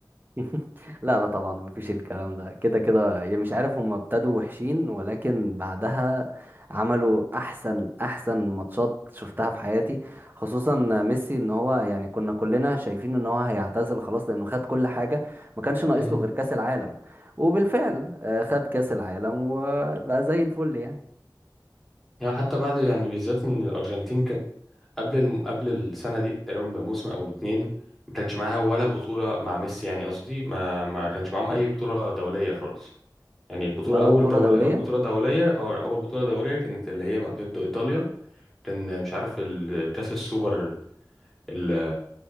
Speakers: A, on the right; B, in the centre.
A: <laughs> لا لا طبعا مفيش الكلام ده كده كده يعني مش عارف هم ابتدوا وحشين ولكن بعدها عملوا احسن احسن ماتشات شفتها في حياتي خصوصا ميسي ان هو يعني كنا كلنا شايفين ان هو هيعتزل خلاص لانه خد كل حاجة ما كانش ناقص
B: امم
A: له غير كأس العالم وبالفعل آه، خد كأس العالم وبقى زي الفل يعني
B: يعني حتى بعد يعني بالذات إن الأرجنتين كانت قبل الم... قبل السنة دي تقريبا بموسم أو باتنين ما كانتش معاها ولا بطولة مع ميسي يعني قصدي ما ما كانش معاهم أي بطولة دولية خالص يعني البطولة
A: ولا
B: أول
A: بطولة
B: دول...
A: دولية
B: بطولة دولية أو أول بطولة دولية كانت اللي هي ضد إيطاليا كان مش عارف ال- كأس السوبر ال...